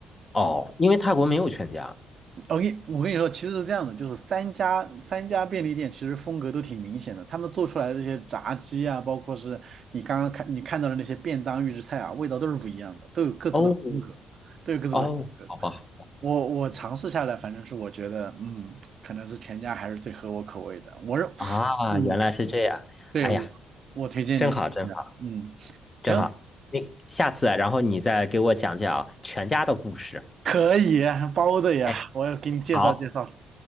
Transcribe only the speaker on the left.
哦，因为泰国没有全家。
哦
哦，好吧，好吧
啊，
原来是这样。
哎呀，
真好，真好，
真好。那下次啊，然后你再给我讲讲啊全家的故事。
哎，
好，